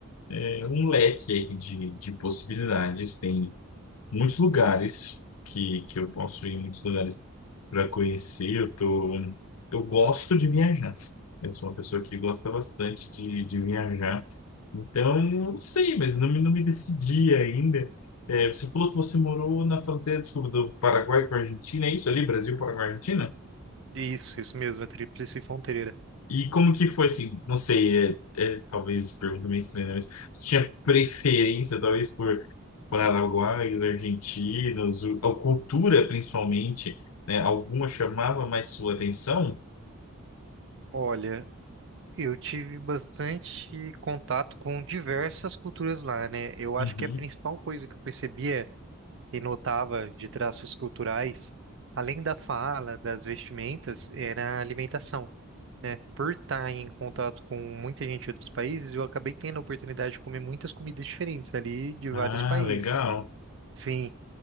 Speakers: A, on the left; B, on the right.
A: é, um leque aí de, de possibilidades. Tem muitos lugares que, que eu posso ir, muitos lugares para conhecer. Eu tô, eu gosto de viajar. Eu sou uma pessoa que gosta bastante de, de viajar. Então, eu não sei, mas não me, não me decidi ainda. É, você falou que você morou na fronteira, desculpa, do Paraguai com a Argentina, é isso ali? Brasil, Paraguai, Argentina?
B: Isso, isso mesmo, a Tríplice Fronteira.
A: E como que foi, assim, não sei, é, é, talvez pergunta meio estranha, né, mas você tinha preferência, talvez, por paraguaios, argentinos, o- a cultura, principalmente, né? Alguma chamava mais sua atenção?
B: Olha, eu tive bastante contato com diversas culturas lá, né? Eu
A: Uhum.
B: acho que a principal coisa que eu percebia e notava de traços culturais, além da fala, das vestimentas, era a alimentação. né? Por estar em contato com muita gente de outros países, eu acabei tendo a oportunidade de comer muitas comidas diferentes ali de
A: Ah,
B: vários países.
A: legal.
B: Sim,